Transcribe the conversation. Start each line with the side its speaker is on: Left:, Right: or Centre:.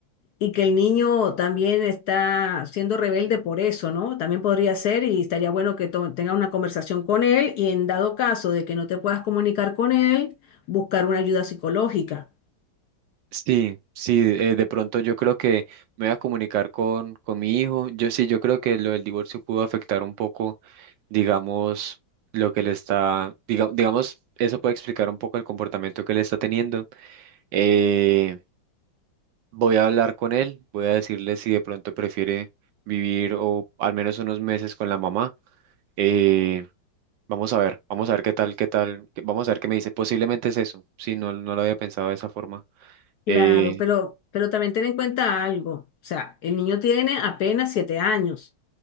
Left: Y que el niño también está siendo rebelde por eso, ¿no? También podría ser y estaría bueno que to- tenga una conversación con él y en dado caso de que no te puedas comunicar con él, buscar una ayuda psicológica.
Right: Sí, sí, eh, de pronto yo creo que me voy a comunicar con, con mi hijo. Yo sí, yo creo que lo del divorcio pudo afectar un poco, digamos, lo que le está, diga- digamos, eso puede explicar un poco el comportamiento que le está teniendo. Eh, voy a hablar con él, voy a decirle si de pronto prefiere vivir o al menos unos meses con la mamá. Eh, vamos a ver, vamos a ver qué tal, qué tal, qué- vamos a ver qué me dice. Posiblemente es eso, sí, no, no lo había pensado de esa forma.
Left: Claro,
Right: Eh,
Left: pero, pero también ten en cuenta algo. O sea, el niño tiene apenas siete años.